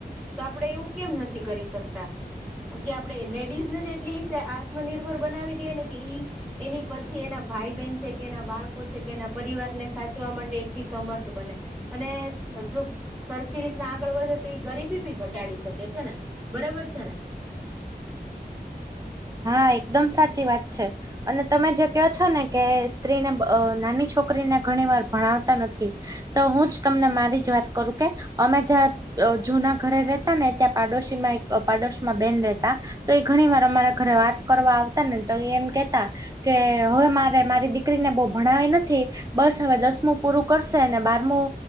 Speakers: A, in the centre; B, on the right.
A: તો આપડે એવું કેમ નથી કરી શકતા. કે આપડે લેડીઝને જે એટલી સે આત્મનિર્ભર બનાવી દઈએ ને કે ઈ એની પછી એના ભાઈ-બહેન છે કે એના બાળકો છે કે એના પરિવારને સાચવા માટે એટલી સમર્થ બને. અને જો સરખી રીતના આ આગળ વધે તો એ ગરીબી ભી ઘટાડી શકે છે ને બરાબર છે ને.
B: હા એકદમ સાચી વાત છે. અને તમે જે કહો છો ને કે સ્ત્રીને અ નાની છોકરીને ઘણી વાર ભણાવતા નથી. તો હું જ તમને મારી જ વાત કરું કે અમે જ્યાં અ જૂના ઘરે રેતા ને ત્યાં પાડોશી માં એક પાડોશમાં બેન રેતા. તો એ ઘણી વાર અમારા ઘરે વાત કરવા આવતા ને તો એમ કેતા કે હવે મારે મારી દીકરીને બહુ ભણાવી નથી બસ હવે દસમું પૂરું કરશે અને બારમું